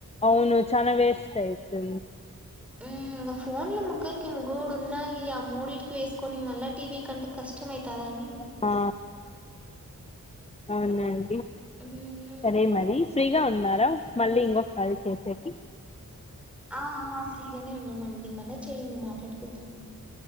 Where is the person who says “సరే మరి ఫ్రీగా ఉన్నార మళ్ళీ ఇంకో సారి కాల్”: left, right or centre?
Left